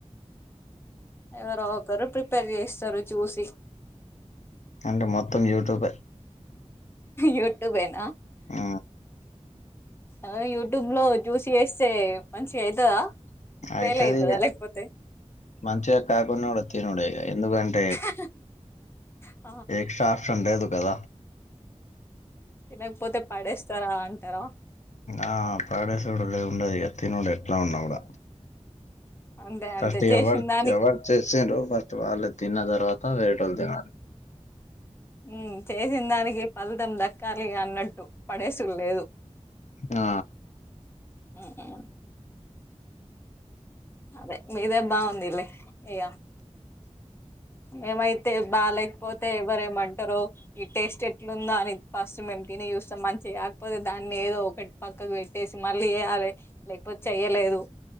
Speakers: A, on the left; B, on the left.
A: ఎవరో ఒకరు ప్రిపేర్ చేస్తారు చూసి
B: అంటే మొత్తం యూట్యూబే
A: యూట్యూబేనా
B: ఆ
A: ఆ యూట్యూబ్ లో జూసి చేస్తే మంచిగా అయితదా
B: అయితది
A: ఫెయిల్ అయితాద
B: ఇగ
A: లేకపోతే
B: మంచిగా కాకున్నా గూడ తినుడే ఎందుకంటే
A: అహ్ ఆ
B: ఏక్ సాస్ ఉండదు కద
A: తినకపోతే పడేస్తారా అంటారా
B: ఆ పడేసుడు ఉండదిగ తినుడే ఎట్లా ఉన్నా కూడా
A: అంతే
B: ఫస్ట్
A: అంతే చేసిన
B: ఎవరు
A: దానికి
B: ఎవరు చేసిండ్రొ ఫస్ట్ వాళ్ళు తిన్న తర్వాత వేరేటొళ్ళు తినాలి
A: ఆ మ్మ్ చేసిన దానికి ఫలితం దక్కాలి గా అన్నట్టు పడేసుడు లేదు
B: ఆ
A: మ్మ్ అవున అదే మీదే బావుందిలే ఇగ మీమైతే బాలేకపోతే ఎవ్వరు ఏమంటారో ఇది టేస్ట్ ఎట్లుందా అని ఫస్ట్ మేము తిని చూస్తాం మంచిగా కాకపోతే దాన్ని ఏదో ఒకటి పక్కకు పెట్టేసి మళ్ళీ చేయ్యాలి లేకపోతే చెయ్యలేదు